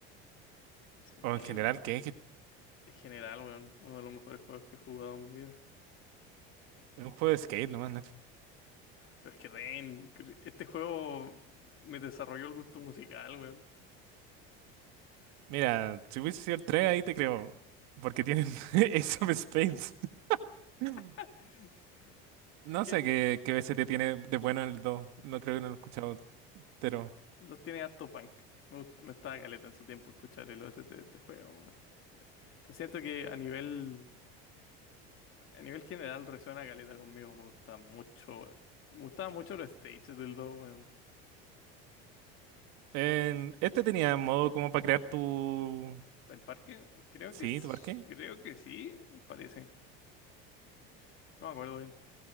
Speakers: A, on the left; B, on the right.
A: Sí,
B: O en general,
A: bro.
B: ¿qué es? que
A: En general, weón, uno de los mejores juegos que he jugado en mi vida.
B: es un juego de skate nomás, Nacho.
A: Pero es que ren cre- este juego me desarrolló el gusto musical, weón.
B: Mira, si hubiese sido el 3 ahí te creo. Porque tienen <laughs> Ace of Spades. <laughs>
A: <laughs>
B: No
A: Es que
B: sé
A: el-
B: qué, qué BCT tiene de bueno en el 2. No creo que no lo he escuchado entero.
A: Los tiene harto punk. Me, gust- me gustaba caleta en su tiempo escuchar el OST de este juego, weón. Pero siento que a nivel, a nivel general resuena caleta conmigo. Me gusta mucho. Me gustaban mucho los stages del 2, weón.
B: En- este tenía modo como para crear tu...
A: ¿El parque? Creo
B: Sí,
A: que, s-
B: tu parque.
A: creo que sí, parece. No me acuerdo bien.